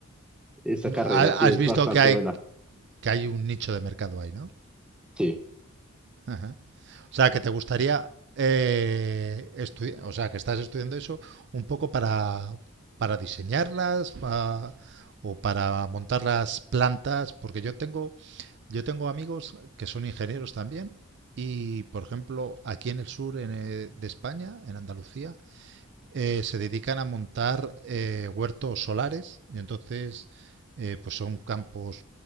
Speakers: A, in the centre; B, on the right.
A: esta carrera
B: Ha-
A: sí
B: Has
A: es
B: visto
A: bastante
B: que hay,
A: buena.
B: que hay un nicho de mercado ahí, ¿no?
A: Sí.
B: Ajá. O sea, que te gustaría eh, estu- o sea, que estás estudiando eso un poco para, para diseñarlas pa- o para montar las plantas, porque yo tengo, yo tengo amigos que son ingenieros también y, por ejemplo, aquí en el sur en, eh, de España, en Andalucía, eh, se dedican a montar eh, huertos solares y entonces eh, pues son campos